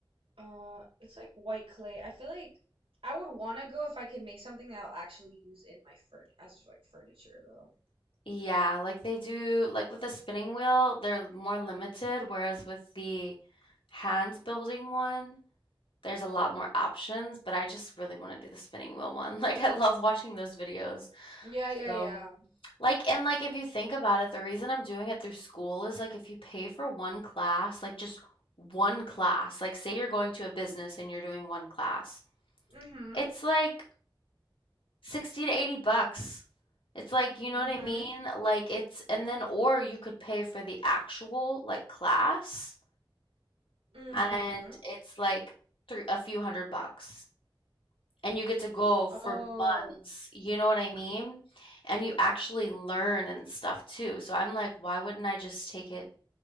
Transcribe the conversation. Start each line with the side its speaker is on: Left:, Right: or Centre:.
Right: uh it's like white clay. I feel like I would want to go if I could make something that I'll actually use in my furn as like furniture though.
Left: Yeah, like they do like with the spinning wheel, they're more limited, whereas with the hand building one, there's a lot more options, but I just really want to do the spinning wheel one. <laughs> Like I love watching those videos.
Right: Yeah,
Left: So,
Right: yeah, yeah.
Left: like and, like, if you think about it, the reason I'm doing it through school is, like, if you pay for 1 class, like, just 1 class, like, say you're going to a business and you're doing 1 class,
Right: Mm-hmm.
Left: it's, like, 60 to 80 bucks. It's, like you know
Right: Mm-hmm.
Left: what I mean? Like, it's and then or you could pay for the actual, like, class,
Right: Mm-hmm.
Left: and it's, like, three a few hundred bucks. and you get to go for
Right: Oh.
Left: months. You know what I mean? And you actually learn and stuff too. So I'm like, why wouldn't I just take it